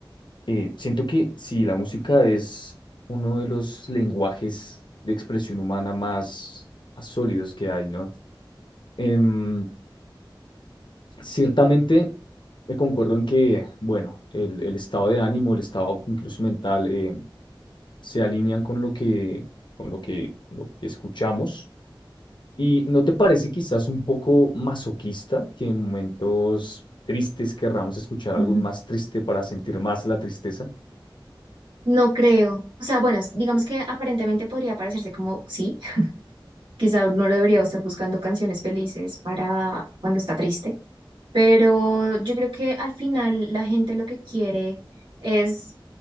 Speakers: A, on the left (about 65°); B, on the right (about 75°).
A: Eh, siento que sí, la música es uno de los lenguajes de expresión humana más, más sólidos que hay, ¿no? Em, ciertamente eh, concuerdo en que, bueno, el, el estado de ánimo, el estado incluso mental, eh, se alinean con lo que, con lo que, con lo que escuchamos. ¿Y no te parece quizás un poco masoquista que en momentos tristes querramos escuchar
B: Ujú.
A: algo más triste para sentir más la tristeza?
B: No creo, o sea, bueno, digamos que aparentemente podría parecerse como, sí, quizá uno debería estar buscando canciones felices para cuando está triste, pero yo creo que al final la gente lo que quiere es